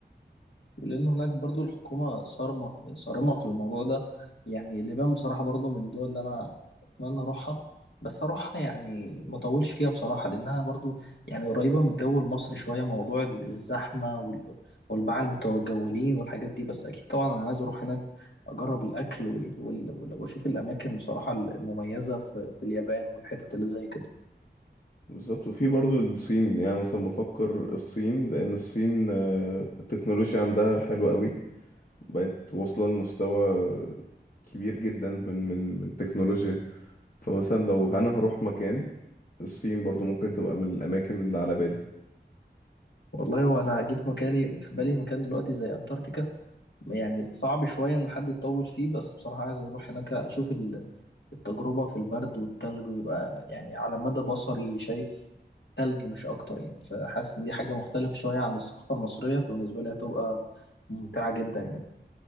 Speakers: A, on the left (about 70°); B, on the left (about 50°).
A: لأن هناك برضو الحكومة صارمة في صارمة في الموضوع ده يعني اليابان بصراحة برضو من الدول اللي أنا أتمنى أروحها بس أروحها يعني مطولش فيها بصراحة لأنها برضو يعني قريبة من الجو المصري شوية موضوع ال- الزحمة وال- والباعة المتجولين والحاجات دي بس أكيد طبعا أنا عايز أروح هناك أجرب الأكل وال... وال... وال... وأشوف الأماكن بصراحة المميزة في... في اليابان والحتت اللي زي كده
B: بالظبط وفي برضو الصين يعني مثلا بفكر الصين لأن الصين آه، التكنولوجيا عندها حلوة قوي بقت واصلة لمستوى كبير جدا من من من التكنولوجيا فمثلا لو أنا هروح مكان الصين برضو ممكن تبقى من الأماكن اللي على بالي
A: والله وأنا أجي في مكاني في بالي مكان دلوقتي زي أنتاركتيكا يعني صعب شوية إن حد يطول فيه بس بصراحة عايز أروح هناك أشوف ال- التجربة في البرد والتلج ويبقى يعني على مدى بصري شايف تلج مش أكتر يعني فحاسس إن دي حاجة مختلفة شوية عن الثقافة المصرية فبالنسبة لي هتبقى ممتعة جدا يعني